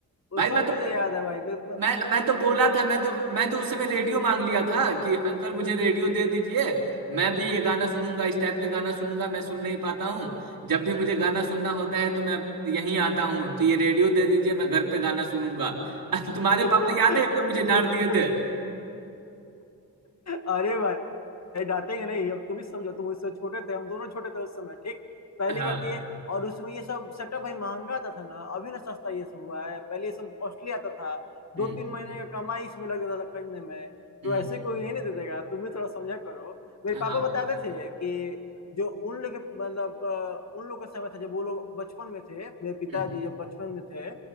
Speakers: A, on the left; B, on the right.
A: वो
B: भाई
A: सब
B: मैं
A: मुझे
B: तो
A: याद है भाई बे- ब-
B: मैं मैं तो बोला था मैं तो मैं तो उस समय रेडियो मांग लिया था कि अंकल मुझे रेडियो दे दीजिए मैं भी ये गाना सुनूंगा इस टाइप के गाना सुनूंगा मैं सुन नहीं पाता हूँ जब भी मुझे गाना सुनना होता है तो मैं यहीं आता हूँ तो ये रेडियो दे दीजिए मैं घर पे गाना सुनूंगा <laughs> तुम्हारे
A: <laughs>
B: पापा याद है एक बार मुझे डांट दिए थे
A: अरे भाई नहीं डांटेंगे नहीं अब तुम ही समझो तुम उससे छोटे थे हम दोनों छोटे थे उस समय ठीक पहली
B: हाँ
A: बात ये और उसमें ये सब सेटअप भाई महंगा आता था ना अभी ना सस्ता ये सब हुआ है पहले ये सब कॉस्टली आता था
B: हम्म
A: दो तीन महीने का कमाई इसमें लग जाता था खरीदने में
B: हम्म
A: तो ऐसे कोई नहीं, नहीं दे देगा तुम भी थोड़ा समझा करो मेरे
B: हाँ
A: पापा बताते थे कि जो उन लोग के मतलब अ, उन लोग का समय था जब वो लोग बचपन में थे मेरे पिताजी
B: हम्म।
A: जब बचपन में थे